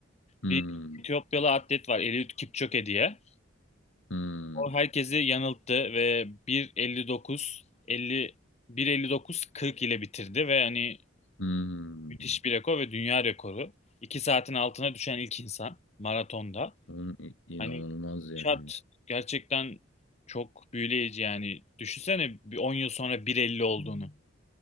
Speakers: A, on the left; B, on the left.
A: Hmm,
B: Bir Etiyopyalı atlet var Eliud Kipchoge diye.
A: hmm,
B: O herkesi yanılttı ve 1.59 50 1.59 40 ile bitirdi ve hani
A: hmm.
B: müthiş bir rekor ve dünya rekoru. 2 saatin altına düşen ilk insan maratonda.
A: Oğlum, i- inanılmaz
B: Hani
A: ya.
B: şart gerçekten çok büyüleyici yani. Düşünsene bir 10 yıl sonra 1.50 olduğunu.